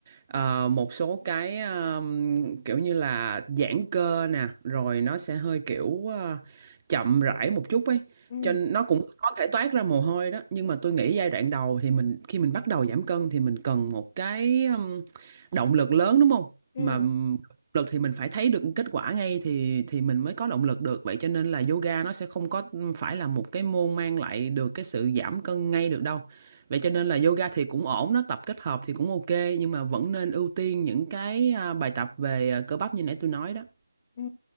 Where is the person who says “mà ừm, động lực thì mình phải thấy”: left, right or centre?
Right